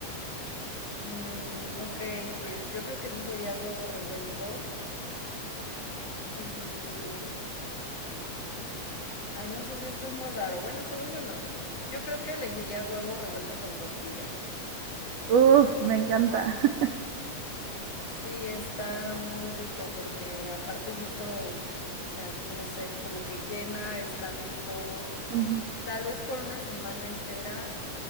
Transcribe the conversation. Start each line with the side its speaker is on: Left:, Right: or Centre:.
Left: Mm, ok, pues yo creo que sí sería huevo revuelto y... Ay, no sé si esto es muy raro. Bueno, según yo no. Yo creo que elegiría huevo revuelto con tortilla.
Right: Uf, me encanta. <laughs>
Left: Sí, está muy rico porque aparte siento, o sea, que no sé, como que llena, está rico.
Right: Ujú.
Left: Tal vez por una semana entera,